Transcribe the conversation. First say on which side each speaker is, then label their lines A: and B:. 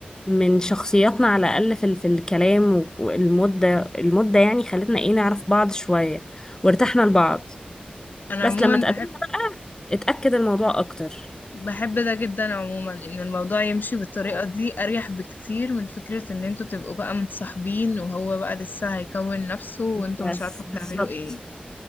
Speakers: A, on the left; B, on the left.
A: من شخصياتنا على الأقل في, ال- في الكلام و- والمدة المدة يعني خلتنا ايه نعرف بعض شوية وارتحنا لبعض
B: انا
A: بس
B: عموما
A: لما اتقابلنا
B: بحب
A: اتأكد الموضوع أكتر
B: بحب ده جدا عموما ان الموضوع يمشي بالطريقة دي اريح بكتير من فكرة ان انتوا تبقوا بقى متصاحبين وهو بقى لسه هيكون نفسه وانتوا
A: بس
B: مش عارفة بتعملوا
A: بالظبط
B: ايه